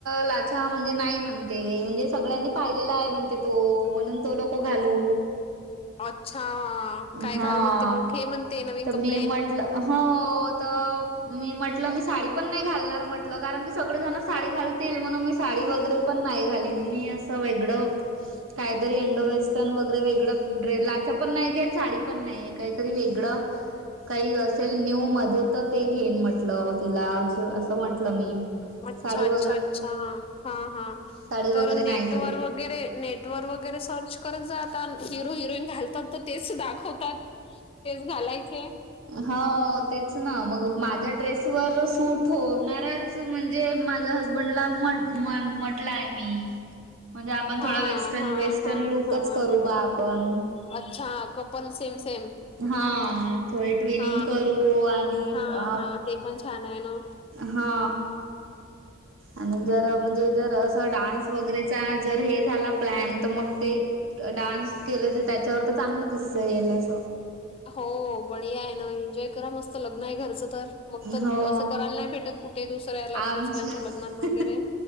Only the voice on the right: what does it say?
लाचा म्हणजे नाही म्हणते, म्हणजे सगळ्यांनी पाहिलेला आहे म्हणते तो, म्हणून तो नको घालू.
हा
तर
मी म्हटलं हो, त मी म्हटल म्हटलं मी साडी पण नाही घालणार म्हटलं, कारण की सगळे जण साडी घालतील, म्हणून मी साडी वगैर पण नाही घालीन, मी असं वेगड काहीतरी इंडो वेस्टर्न वगैरे वेगळं, ड्रेस लाच पण नाही की साडी पण नाही काहीतरी वेगळं, काही असेल न्यू मध्ये तर ते घेन म्हट म्हट तिला असं म्हटलं मी
साडी
वगैरे
साडी
वगैरे
नाही घालत
हो, तेच ना, मग माझ्या ड्रेसवरर सूट होणारच म्हणजे जे माझ्या हसबंडला <unintelligible> म्हटलंय मी म्हणजे आपण
थोडा वेस्टर्न,
वेस्टर्न
लुकच
करू बा आपण.
हा थोडी ट्विनिंग
करू आणि
अ
हा.
आणि जर, म्हणजे जर, असं डान्स वगैरेचा जर हे झाला प्लॅन तर मग ते डान्स केलं तर त्याच्यावर तर चांगलं दिसेल अस
हो
आमच्या